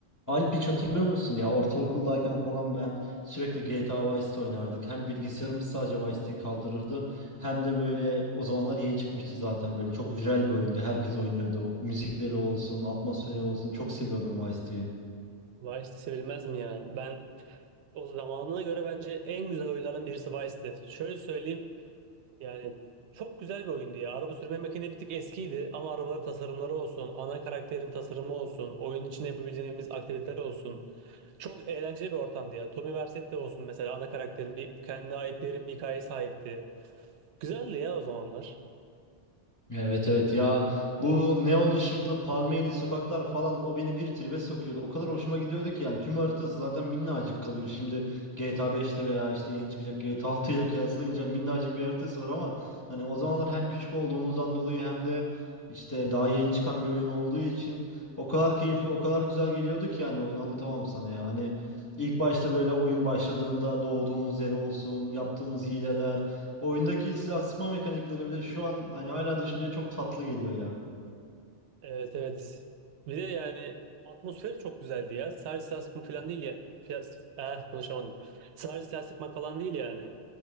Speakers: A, on the left; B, on the right.
A: Alp hiç hatırlıyor musun ya? Ortaokuldayken falan ben sürekli GTA Vice City oynardık. Hem bilgisayarımız sadece Vice City'yi kaldırırdı. Hem de böyle o zamanlar yeni çıkmıştı zaten böyle çok viral bir oyundu. Herkes oynuyordu. Müzikleri olsun, atmosferi olsun. Çok seviyordum Vice City'yi.
B: Vice'de sevilmez mi ya? Ben o zamanına göre bence en güzel oyunlardan birisi Vice'di. Şöyle söyleyeyim yani çok güzel bir oyundu ya. Araba sürme makinesi bir tık eskiydi ama arabaların tasarımları olsun, ana karakterin tasarımı olsun, oyun içinde yapabileceğimiz aktiviteler olsun. Çok eğlenceli bir ortamdı ya. Tommy Vercetti olsun mesela ana karakterin bir kendine ait derin bir hikaye sahipti. Güzeldi ya o zamanlar.
A: Evet evet ya bu neon ışıklı palmiyeli sokaklar falan o beni bir tribe sokuyordu. O kadar hoşuma gidiyordu ki yani tüm haritası zaten minnacık kalıyor. Şimdi GTA 5 ile veya işte yeni çıkacak GTA 6 ile kıyaslayınca minnacık bir haritası var ama hani o zamanlar hem küçük olduğumuzdan dolayı hem de işte daha yeni çıkan bir oyun olduğu için o kadar keyifli o kadar güzel geliyordu ki yani oyun anlatamam sana ya. Hani ilk başta böyle oyun başladığında doğduğumuz yer olsun yaptığımız hileler Oyundaki silah sıkma mekanikleri bile şu an hani hala düşünce çok tatlı geliyor ya.
B: Evet evet. Bir de yani atmosferi çok güzeldi ya. Sadece silah sıkma falan değil ya. Fiyas- Eh, konuşamadım. Sadece silah sıkmak falan değil yani.